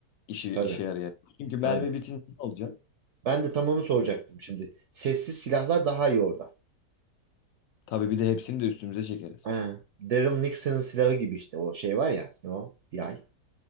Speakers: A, on the left; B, on the right.
A: işi
B: Tabii.
A: işe yarayacak. Çünkü mermi
B: Aynen.
A: bitince ne olacak?
B: Ben de tam onu soracaktım şimdi. Sessiz silahlar daha iyi orada.
A: Tabii bir de hepsini de üstümüze çekeriz.
B: Ha, Daryl Nixon'ın silahı gibi işte o şey var ya ne o yay.